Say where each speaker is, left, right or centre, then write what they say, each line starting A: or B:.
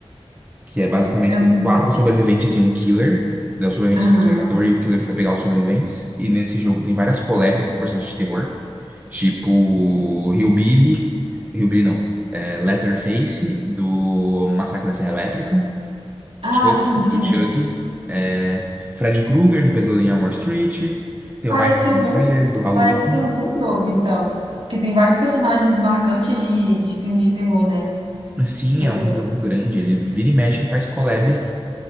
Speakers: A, on the right (about 15°); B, on the right (about 65°).
A: que é basicamente
B: Ah, eu
A: tem
B: não
A: quatro
B: sei.
A: sobreviventes e um killer. Daí O sobrevivente
B: Aham.
A: é o gerador e o killer tenta pegar os sobreviventes. E nesse jogo tem várias collabs com personagens de terror. Tipo, Hillbilly. Hillbilly não. É, Leatherface, do Massacre da Serra Elétrica.
B: Ah,
A: Chuck,
B: sim,
A: do
B: sim.
A: Chuck. É, Fred Krueger, do Pesadelo em Elm Street. Tem
B: Parece
A: o Michael
B: ser
A: Myers,
B: um bom,
A: do Halloween.
B: parece ser um bom jogo, então. Que tem vários personagens marcantes de, de filmes de terror, né?
A: Sim,
B: Pelo
A: é um
B: que eu tô
A: jogo
B: vendo.
A: grande. Ele vira e mexe e faz collab.